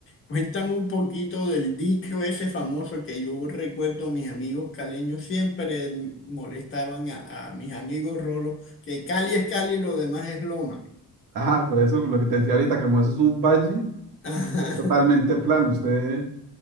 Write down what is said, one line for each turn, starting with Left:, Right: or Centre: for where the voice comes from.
Left: Cuéntame un poquito del dicho ese famoso que yo recuerdo mis amigos caleños siempre m- molestaban a, a mis amigos rolos, que Cali es Cali y lo demás es loma.
Right: Ah, por eso lo que te decía ahorita, que como eso es un valle,
Left: <laughs> Ajá,
Right: es totalmente plano. Usted,